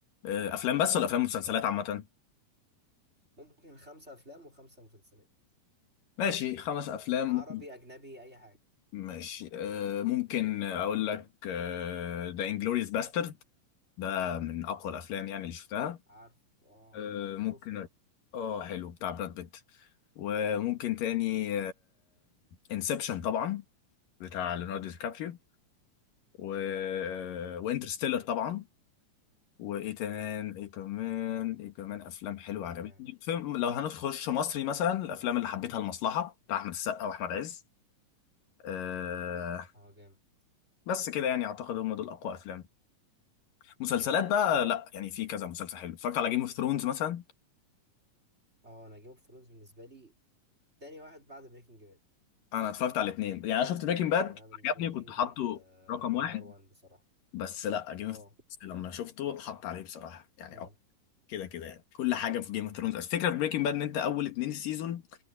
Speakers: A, on the left; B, on the right.
A: آه، افلام بس ولا افلام ومسلسلات عامه
B: ممكن خمسة افلام وخمسة مسلسلات
A: ماشي خمس افلام
B: عربي اجنبي اي حاجة
A: ماشي آه، ممكن اقول لك ذا انجلوريوس باسترد ده من اقوى الافلام يعني اللي شفتها
B: عارف اه
A: آه، ممكن
B: شفت
A: اه حلو بتاع براد بيت وممكن تاني انسبشن طبعا بتاع ليوناردو دي كابريو و آه، وانترستيلر طبعا وايه كمان ايه كمان ايه كمان افلام حلوه عجبتني
B: تمام
A: فيلم لو هنخش مصري مثلا الافلام اللي حبيتها المصلحه بتاع احمد السقا واحمد عز أه
B: اه جامد
A: بس كده يعني اعتقد هم دول اقوى افلام مسلسلات بقى لا يعني في كذا مسلسل حلو اتفرجت على جيم اوف ثرونز مثلا
B: اه انا جيم اوف ثرونز بالنسبة لي تاني واحد بعد بريكنج باد
A: انا اتفرجت على الاثنين يعني انا شفت بريكنج باد
B: يعني انا بالنسبة
A: عجبني
B: لي بريكنج
A: كنت حاطه
B: باد
A: رقم
B: نمبر
A: واحد
B: وان بصراحة
A: بس لا جيم
B: اه
A: اوف ثرونز لما شفته حط عليه بصراحه يعني
B: امم
A: أه، كده كده يعني كل حاجه في جيم اوف ثرونز الفكره في بريكنج باد ان انت اول اثنين سيزون